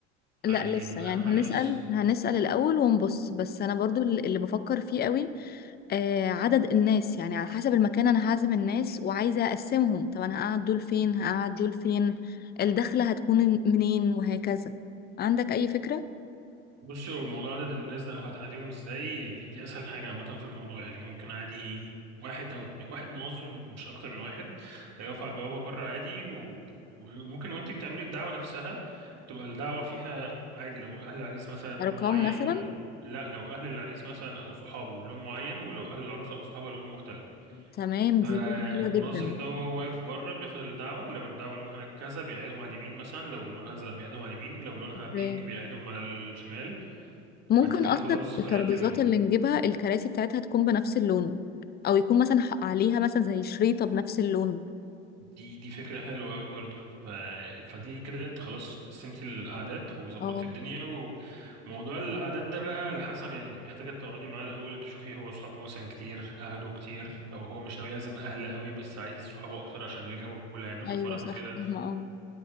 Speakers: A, on the left; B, on the right.
A: لا
B: عادي
A: لسه
B: اهم
A: يعني
B: حاجه
A: هنسأل
B: بس
A: هنسأل الأول ونبص بس أنا برضو اللي بفكر فيه قوي آه عدد الناس يعني على حسب المكان أنا هعزم الناس وعايزة أقسمهم طب أنا هقعد دول فين هقعد دول فين الدخلة هتكون منين وهكذا عندك أي فكرة
B: بصي هو موضوع عدد الناس ده او هتقعديهم ازاي دي, دي اسهل حاجه عامه في الموضوع يعني ممكن عادي واحد او اتنين واحد منظم مش اكتر من واحد هيقف على البوابه بره عادي و- وممكن وانتي بتعملي الدعوه نفسها تبقى الدعوه فيها عادي لو اهل العريس مثلا لون
A: أرقام
B: معين
A: مثلا
B: وال... لا لو اهل العريس مثلا او صحابه لون معين ولو اهل العروسه او صحابها لون مختلف
A: تمام دي
B: فالمنظم
A: فكرة حلوة جدا
B: ده وهو واقف بره بياخد الدعوه لو الدعوه لونها كذا بيقعدهم على اليمين مثلا لو لونها ازرق بيقعدهم على اليمين لو لونها
A: أوكي.
B: بينك بيقعدهم على الشمال
A: ممكن
B: فانت كده
A: أصلا
B: خلاص فرقتي
A: الترابيزات
B: بينهم
A: اللي نجيبها الكراسي بتاعتها تكون بنفس اللون أو يكون مثلا ح- عليها مثلا زي شريطة بنفس اللون
B: دي دي فكرة حلوة أوي برضه ف... فدي كده انت خلاص قسمتي الأعداد وظبطتي
A: اه
B: الدنيا وموضوع الأعداد ده بقى على حسب يعني محتاجة تقعدي معاه الأول تشوفي هو صحابه مثلا كتير أهله كتير أو هو مش ناوي يعزم أهل قوي بس عايز صحابه أكتر عشان الجو اللي هيعملوه في
A: ايوه
B: الفرح
A: صح
B: وكده
A: فاهمة اه